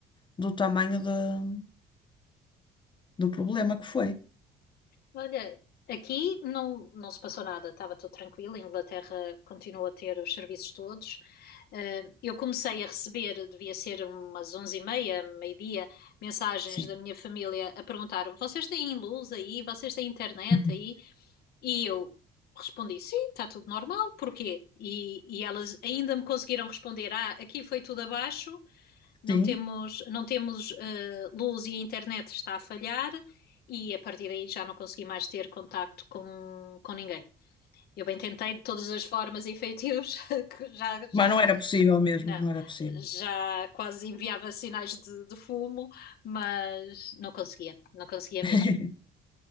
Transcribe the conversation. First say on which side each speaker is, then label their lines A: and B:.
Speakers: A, on the left; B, on the left.
A: do tamanho da- do problema que foi.
B: Olha, aqui não, não se passou nada, estava tudo tranquilo. A Inglaterra continua a ter os serviços todos. Eh, eu comecei a receber, devia ser umas onze e meia, meio-dia, mensagens
A: Sim,
B: da minha família a perguntar: vocês têm luz aí? Vocês têm internet
A: <laughs>
B: aí? E eu respondi: sim, está tudo normal, porquê? E, e elas ainda me conseguiram responder: ah, aqui foi tudo abaixo, não
A: sim.
B: temos, não temos eh, luz e a internet está a falhar, e a partir daí já não consegui mais ter contacto com, com ninguém. Eu bem tentei de todas as formas e feitios, <laughs> que já, já,
A: Mas não era possível mesmo,
B: não,
A: não era possível.
B: já quase enviava sinais de, de fumo, mas não conseguia, não conseguia
A: <laughs>
B: mesmo.